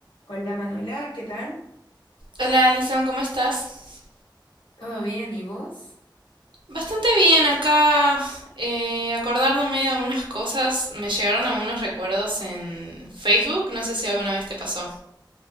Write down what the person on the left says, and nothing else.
Hola Manuela, ¿qué tal?
¿Todo bien? ¿Y vos?